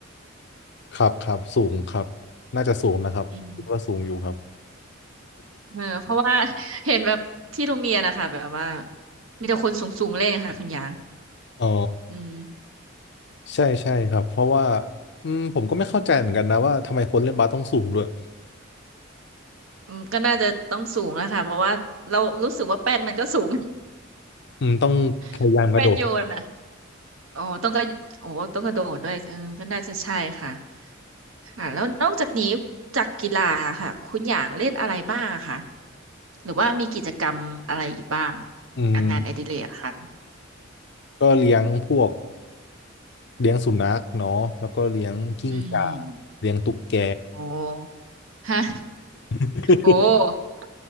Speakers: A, on the left; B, on the right.
A: ครับครับสูงครับน่าจะสูงนะครับคิดว่าสูงอยู่ครับ
B: อืม เออเพราะว่า <laughs> เห็นแบบที่โรงเรียนนะคะแบบว่ามีแต่คนสูงๆเล่นค่ะคุณหยาง
A: อ๋อ
B: อืม
A: ใช่ใช่ครับเพราะว่าอืมผมก็ไม่เข้าใจเหมือนกันนะว่าทำไมคนเล่นบาสต้องสูงด้วย
B: อืมก็น่าจะต้องสูงอะค่ะเพราะว่าเรารู้สึกว่าแป้นมันก็สูง
A: อืมต้องพยายามกระโดด
B: <laughs> แป้นโยนอะอ๋อต้องก็โอ้ต้องกระโดดด้วยเออก็น่าจะใช่ค่ะค่ะแล้วนอกจากนี้จากกีฬาค่ะคุณหยางเล่นอะไรบ้างอะคะหรือว่ามีกิจกรรมอะไรอีกบ้าง
A: อืม
B: อ่ะงานอดิเรกอะค่ะ
A: ก็เลี้ยงพวก เลี้ยงสุนัขเนาะแล้วก็เลี้ยงกิ้งก่า
B: อืม
A: เลี้ยงตุ๊กแก
B: โอ้ฮะ
A: <laughs>
B: โอ้